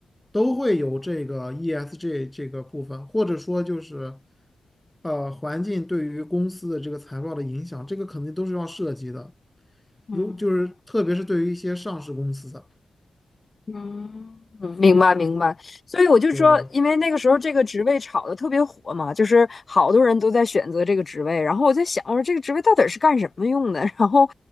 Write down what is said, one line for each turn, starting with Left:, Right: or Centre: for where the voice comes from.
Centre: 都会有这个 ESG 这个部分，或者说就是呃环境对于公司的这个财报的影响，这个肯定都是要涉及的。
Left: 嗯。
Centre: 如就是特别是对于一些上市公司的，
Left: 嗯，明白明白，所以我就说，
Centre: 对，
Left: 因为那个时候这个职位炒的特别火嘛，就是好多人都在选择这个职位。然后我在想，我说这个职位到底是干什么用的？<laughs> 然后，